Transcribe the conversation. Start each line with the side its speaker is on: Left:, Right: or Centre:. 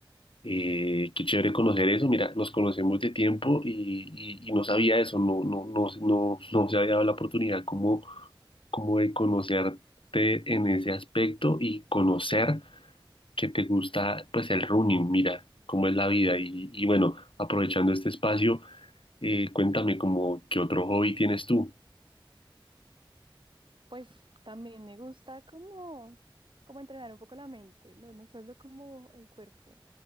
Left: Eh, qué chévere conocer eso. Mira, nos conocemos de tiempo y, y- y no sabía eso, no, no, no, no, no se había dado la oportunidad como, como de conocerte en ese aspecto y conocer que te gusta pues el running, mira, cómo es la vida. Y, y bueno, aprovechando este espacio, eh, cuéntame como qué otro hobby tienes tú.
Right: Pues también me gusta como, como entrenar un poco la mente, no, no solo como el cuerpo.